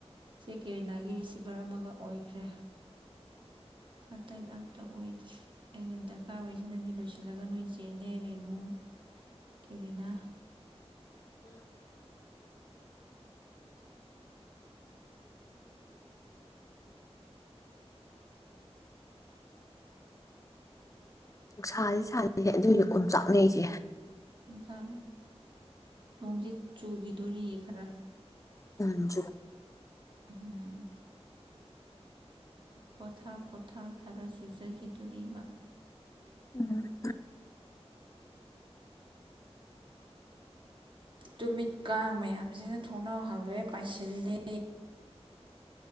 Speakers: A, on the right; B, on the left.
A: ꯁꯤ ꯀꯦꯔꯤꯅꯥꯒꯤ ꯔꯤꯁꯤꯚꯔ ꯑꯃꯒ ꯑꯣꯏꯈ꯭ꯔꯦ ꯑꯇꯩ ꯑꯝꯇ ꯑꯣꯏꯗ꯭ꯦ ꯑꯩꯅ ꯗꯔꯀꯥꯔ ꯑꯣꯏꯁꯦ ꯅꯪꯒꯤ ꯂꯣꯏꯁꯤꯜꯂꯒ ꯅꯣꯏ ꯆꯦꯅꯦ ꯔꯦꯅꯨ ꯀꯦꯔꯤꯅꯥ
B: ꯎꯝ ꯅꯨꯡꯁꯥꯁꯦ ꯁꯥꯅꯅꯦ ꯑꯗꯨꯏꯁꯨ ꯑꯣꯝ ꯆꯥꯛꯅꯩꯁꯦ
A: ꯆꯥꯅ ꯅꯣꯡꯁꯦ ꯆꯨꯈꯤꯗꯣꯔꯤꯌꯦ ꯈꯔ
B: ꯎꯝ
A: ꯎꯝ ꯄꯣꯊꯥ ꯄꯣꯊꯥ ꯈꯔ ꯆꯨꯖꯈꯤꯗꯣꯔꯤ꫰ꯃꯥꯥ
B: ꯎꯝ
A: ꯇꯨꯃꯤꯠ ꯀꯥꯡꯥꯡ ꯃꯌꯥꯝ ꯌꯥꯝꯖꯤꯅ ꯊꯣꯡꯅꯥꯎ ꯍꯥꯡꯣꯛꯦ ꯄꯥꯏꯁꯤꯂꯤ